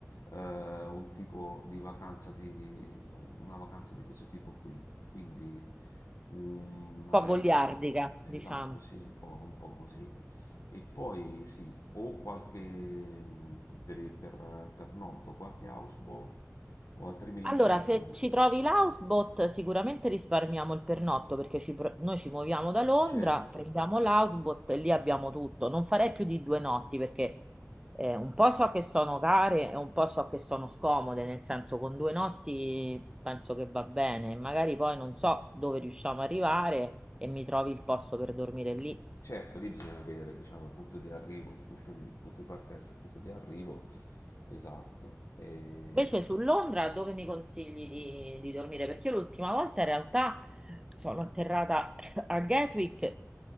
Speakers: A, on the left; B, on the right.
A: eh, un tipo di vacanza di una vacanza di questo tipo qui. Quindi un- una
B: Un po'
A: bella
B: goliardica,
A: esatto,
B: diciamo.
A: sì, un po', un po' così. E poi sì, o qualche mh, per, per, per notto, qualche houseboat, o altrimenti
B: Allora,
A: diciamo
B: se ci trovi l'houseboat, sicuramente risparmiamo il pernotto perché ci pro- noi ci muoviamo da Londra,
A: certo.
B: prendiamo l'houseboat e lì abbiamo tutto. Non farei più di due notti perché eh, un po' so che sono care e un po' so che sono scomode, nel senso con due notti penso che va bene. Magari poi non so dove riusciamo a arrivare e mi trovi il posto per dormire lì.
A: Certo, lì bisogna vedere, diciamo, il punto di arrivo, il punto di, il punto di partenza, il punto di arrivo, esatto. E
B: Invece su Londra, dove mi consigli di, di dormire? Perché io l'ultima volta in realtà sono atterrata a Gatwick